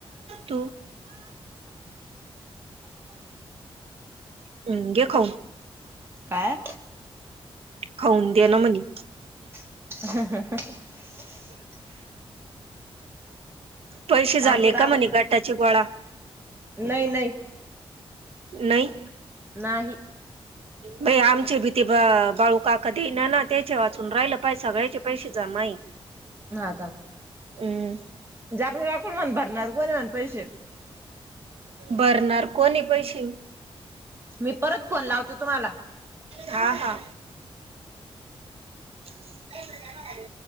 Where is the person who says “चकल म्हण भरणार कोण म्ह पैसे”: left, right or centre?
Right